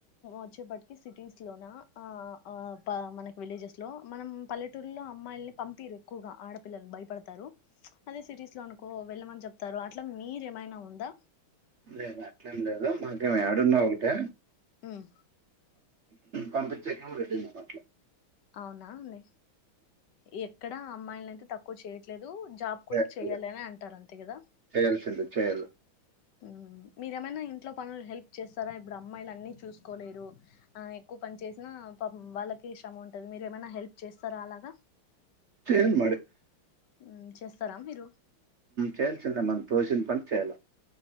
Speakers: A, on the left (about 60°); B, on the right (about 70°).
A: వచ్చేప్పటికి సిటీస్ లోన ఆ మనకి విలేజెస్ లో మనం పల్లెటూరులో అమ్మాయిల్ని పంపిరు ఎక్కువగా ఆడపిల్లలు భయపడతారు అదే సిటీస్ లో అనుకో వెళ్ళమని చెప్తారు అట్లా మీరేమైనా ఉందా
B: లేదు అట్లేం లేదు మాకేమి ఏడున్నా ఒకటే
A: ఉమ్
B: పంపించక వెళ్ళట్
A: అవునా అండి ఎక్కడా అమ్మాయిల అయితే తక్కువ తక్కువ చేయట్లేదు జాబ్ కూడా
B: చేయాల్సిందే.
A: చేయాలి అని అంటారు అంతే కదా
B: చేయాల్సిందే చేయాలి.
A: హ్మ్. మీరేమైనా ఇంట్లో పనులు హెల్ప్ చేస్తారా ఇప్పుడు అమ్మాయిలు అన్నిీ చూసుకోలేరు ఆ ఎక్కువ పని చేసినా వాళ్ళకి శ్రమ ఉంటది మీరు ఏమైనా హెల్ప్ చేస్తారా అలాగా
B: చేల్ మ
A: హ్మ్. చేస్తారా మీరు
B: చేల్చిన మ తోసిన ప వచ్చే అాల